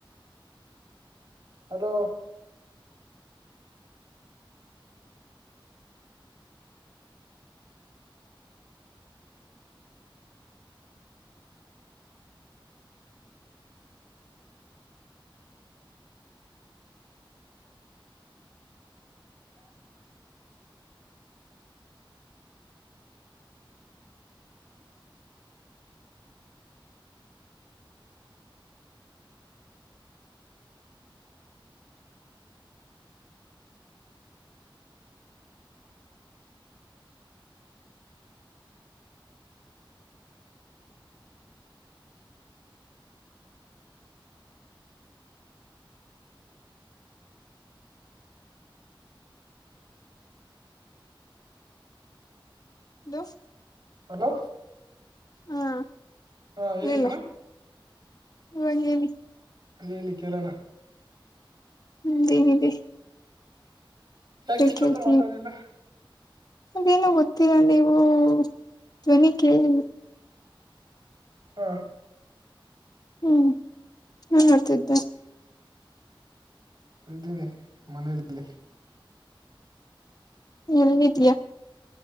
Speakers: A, on the right; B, on the left.
A: hello. ಹಾ <inaudible>
B: ದೋಸ್ತ್
A: hello
B: ಹಾ
A: ಹಾ ಹೇಳಿ
B: ಹೇಳು
A: ಮೇಡಮ್
B: ಇವಾಗ ಹೇಳಿ
A: ಹೇಳಿ ಕೇಳೋಣ.
B: ಹ್ಮ <unintelligible>
A: ಯಾಕ ಇಷ್ಟತ್ತು
B: ಕೇಳ್ತೀವಿ
A: ಮಾತಾಡ್ಲಿಲ್ಲ
B: ಅದೇನೋ ಗೊತಿಲ್ಲಾ ನೀವು ಧ್ವನಿ ಕೇಳಿ
A: ಹಾ
B: ಹ್ಮ್ ಏನ್ ಮಾಡ್ತಿದ್ದೆ.
A: ಇದ್ದೀನಿ ಮನೆಯಲ್ಲಿ
B: ಎಲ್ಲಿದಿ.